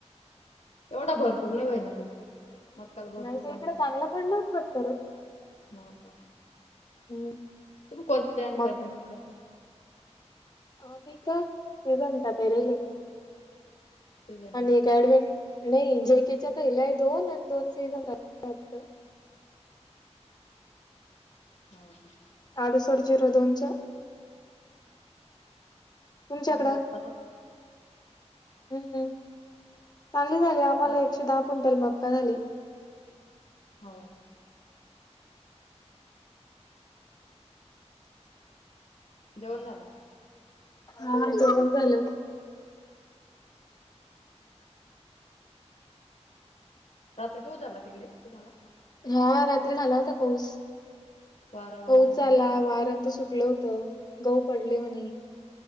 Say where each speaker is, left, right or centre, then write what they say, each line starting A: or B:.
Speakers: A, on the left (about 70°); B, on the left (about 35°).
A: एवढा भरपूर नाही ना पाऊस. मक्काला भरपूर
B: नाही ताई
A: पाणी
B: इकडं
A: लागत
B: चांगला पडला होता पटकरत.
A: हो का
B: हम्म
A: तुम्ही कोणतं बियाणं
B: मग
A: पेरता मक्काचं?
B: आम्ही का पेजेंटा पेरले.
A: सीझनला
B: आणि एक <unintelligible> नाही जेकेच्या थेल्या दोन आणि दोन <unintelligible>
A: हो का.
B: आडुसट झिरो दोनच्या. तुमच्याकडं
A: चांगलं उत्पन्न
B: हम्म. चांगलं झालय आम्हाला
A: हा
B: एकशे दहा क्विंटल मक्का झालय.
A: हो. जेवण झालं का?
B: हो जेवण झालं.
A: रात्री पाऊस झाला तिकडे तुम्हाला?
B: हा रात्री झाला होता पाऊस-पाऊस
A: वारा होता ना
B: झाला
A: काही
B: वारं नं तें सुटलं. तं गहू पडले म्हणे.